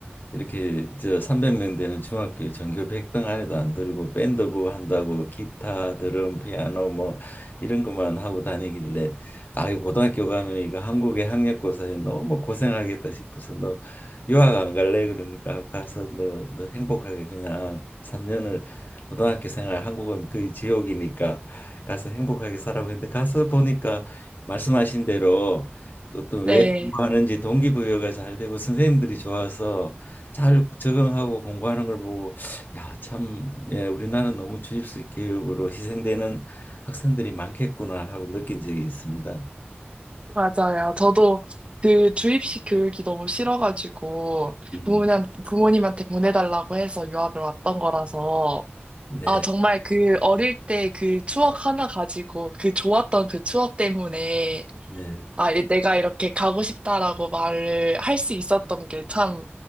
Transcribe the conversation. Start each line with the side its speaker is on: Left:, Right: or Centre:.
Left: 이렇게 저 300명 되는 중학교에 전교 100등 안에도 안 들고 밴드부 한다고 기타, 드럼, 피아노 뭐 이런 것만 하고 다니길래 아이 고등학교 가면 이거 한국의 학력고사에 너무 고생하겠다 싶어서 너 유학 안 갈래? 그러니까 가서 너, 너 행복하게 그냥 3년을 고등학교 생활 한국은 거의 지옥이니까 가서 행복하게 살라고 했는데 가서 보니까 말씀하신 대로 어떤
Right: 네,
Left: 하는지 동기부여가 잘 되고 선생님들이 좋아서 잘 적응하고 공부하는 걸 보고 야, 참, 예, 우리나라는 너무 주입식 교육으로 희생되는 학생들이 많겠구나 하고 느낀 적이 있습니다.
Right: 맞아요. 저도 그 주입식 교육이 너무 싫어가지고,
Left: 음,
Right: 부모님, 부모님한테 보내달라고 해서 유학을 왔던 거라서,
Left: 네,
Right: 아, 정말 그 어릴 때 그 추억 하나 가지고 그 좋았던 그 추억 때문에
Left: 네,
Right: 아, 이- 내가 이렇게 가고 싶다라고 말을 할 수 있었던 게 참,